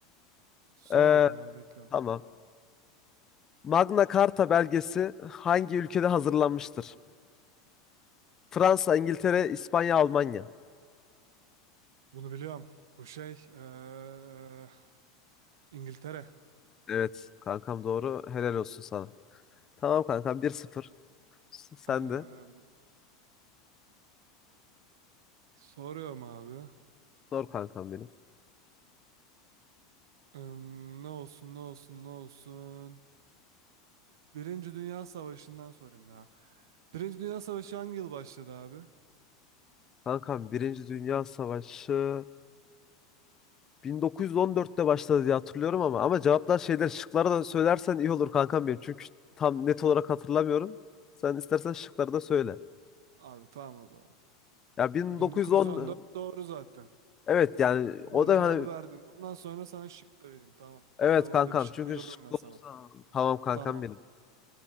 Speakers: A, on the right; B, on the left.
A: Sor
B: Ee,
A: bakayım abi bekliyorum.
B: tamam. Magna Carta belgesi hangi ülkede hazırlanmıştır? Fransa, İngiltere, İspanya, Almanya.
A: Bunu biliyorum. Bu şey eee, İngiltere.
B: Evet kankam doğru. Helal olsun sana. Tamam kankam 1-0. S- Sen
A: Eee,
B: de.
A: soruyorum abi.
B: Sor kankam benim.
A: Eee, ne olsun ne olsun ne olsun. Birinci Dünya Savaşı'ndan sorayım ya. Birinci Dünya Savaşı hangi yıl başladı abi?
B: Kankam Birinci Dünya Savaşı 1914'te başladı diye hatırlıyorum ama ama cevaplar şeyler şıkları da söylersen iyi olur kankam benim. Çünkü tam net olarak hatırlamıyorum. Sen istersen şıkları da söyle.
A: Abi tamam o zaman.
B: Ya 1910
A: 1914 doğru zaten.
B: evet yani o
A: Doğru
B: da
A: cevabı
B: hani
A: verdin. Bundan sonra sana şık da vereyim tamam.
B: Evet
A: Tamam
B: kankam
A: öyle bir şık
B: çünkü
A: uydururum
B: şıklı
A: ben sana.
B: tamam kankam
A: Tamam.
B: benim.